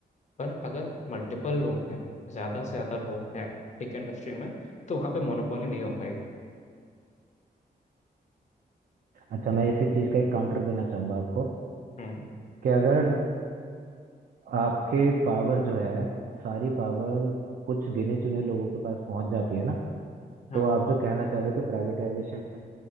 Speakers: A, on the left; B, on the right.
A: पर अगर मल्टीपल लोग हैं ज्यादा से ज्यादा लोग हैं टेक इंडस्ट्री में तो वहाँ पे मोनोपोली नहीं हो पाएगी
B: अच्छा मैं इसी चीज का एक काउंटर देना चाहूंगा आपको
A: हम्म
B: कि अगर आपके पावर जो है सारी पावर कुछ गिने चुने लोगों के पास पहुंच जाती है ना
A: हाँ
B: तो आप जो कहना चाह रहे हो कि प्राइवेटाइजेशन में